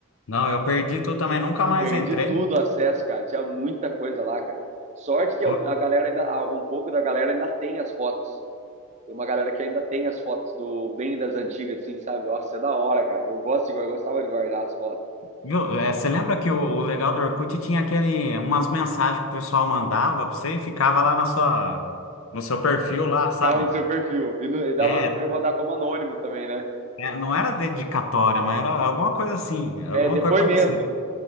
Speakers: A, on the left; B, on the right.
A: Não, eu perdi tudo também, nunca mais
B: Perdi
A: entrei.
B: tudo o acesso, cara. Tinha muita coisa lá, cara. Sorte que
A: Ô,
B: a galera ainda, um pouco da galera ainda tem as fotos. Tem uma galera que ainda tem as fotos do bem das antigas, assim, sabe? Nossa, é da hora, cara. Eu gosto de, eu gostava de guardar as fotos.
A: Meu, é, você lembra que o, o legal do Orkut tinha aquele, umas mensagens que o pessoal mandava pra você e ficava lá na sua, no seu perfil lá, sabe?
B: Ficava no seu perfil. E, no, e dava
A: É,
B: pra mandar como anônimo também, né?
A: é, não era dedicatória, mas era alguma coisa assim, alguma
B: É, depoimento.
A: coisa parecida.